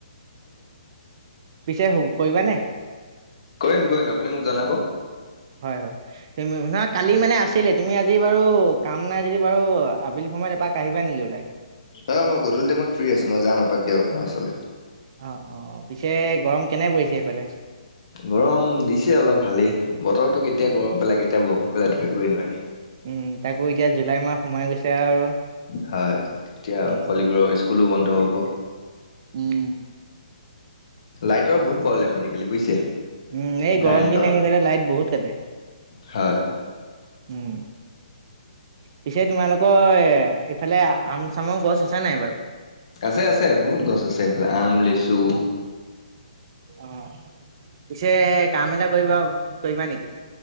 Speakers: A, on the right; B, on the left.
A: পিছে কৰিবানে?
B: কৰিম কৰিম আপুনি মোক জনাব।
A: হয় হয় ন কালি মানে আছিলে তুমি আজি বাৰু কাম নাই যদি বাৰু আবেলি সময়ত এপাক আহিবা নেকি নহলে?
B: অ মই গধূলি টাইমত ফ্ৰী আছো মই যাম আপাক দকপোনাৰ ওচৰলৈ।
A: অ অ পিছে গৰম কেনে পৰিছে সেইফালে?
B: গৰম দিছে অলপ ভালেই বতৰটো কেতিয়া গৰম পেলাই কেতিয়া বৰষুণ পেলাই ধৰিবই নোৱাৰি।
A: উম তাকো এতিয়া জুলাই মাহ সোমাই গৈছে আৰু।
B: হয় এতিয়া
A: উম
B: পোৱালিবোৰৰ স্কুলো বন্ধ হ'ব।
A: উম!
B: লাইটৰ বহুত প্ৰব্লেম আজিকালি বুজিছে।
A: উম এই
B: কাৰেণ্টৰ
A: গৰম দিন আহি গলে লাইট বহুত কাটে।
B: হয়!
A: উম, পিছে তোমালোকৰ ইফালে আম চামৰ গছ আছে নাই বাৰু?
B: আছে, আছে। বহুত গছ আছে এইফালে। আম, লিচু
A: অ'! পিছে কাম এটা কৰিবা, কৰিবা নেকি?